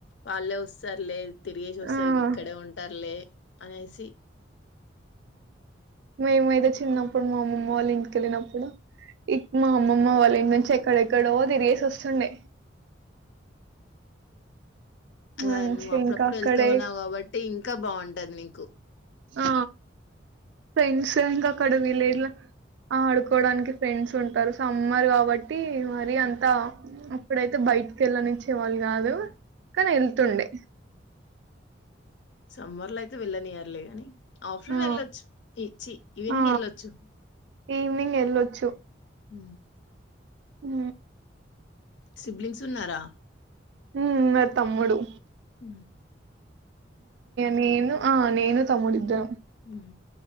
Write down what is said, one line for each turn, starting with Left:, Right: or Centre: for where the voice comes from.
Left: వాళ్ళే వస్తారులే తిరిగేసి వస్తారు
Right: ఆ
Left: ఇక్కడే ఉంటారులే అనేసి
Right: మేముతే చిన్నప్పుడు మా అమ్మమ్మ వాళ్ళు ఇంటికెళ్ళినప్పుడు మా అమ్మమ్మ వాళ్ళ ఇంటి నుంచి ఎక్కడెక్కడో తిరిగేసి వస్తుండే
Left: అలా
Right: మంచిగా
Left: నువ్వు అప్పుడప్పుడు
Right: ఇంకా అక్కడే
Left: వెళ్త ఉన్నావు కాబట్టి ఇంకా ఇంకా బాగుంటది నీకు
Right: ఆ ఫ్రెండ్స్ంకా అక్కడ విలేజ్ లో ఆ ఆడుకోవడానికి ఫ్రెండ్స్ ఉంటారు సమ్మర్ కాబట్టి మరీ అంతా అప్పుడైతే బయటికి వెళ్ళనిచ్చే వాళ్ళు కాదు కానీ వెళ్తుండే
Left: సమ్మర్ లో అయితే వెళ్ళనియర్లే కానీ ఆఫ్రూన్
Right: ఆ!
Left: వెళ్ళొచ్చు ఇచ్చి ఈవినింగ్
Right: ఆ!
Left: వెళ్ళొచ్చు
Right: ఈవినింగ్ వెళ్ళొచ్చు
Left: హ
Right: హ
Left: సిబ్లింగ్స్ ఉన్నారా
Right: ఉ మ తమ్ముడు
Left: హ
Right: నేను ఆ నేను తమ్ముడు ఇద్దరం
Left: హ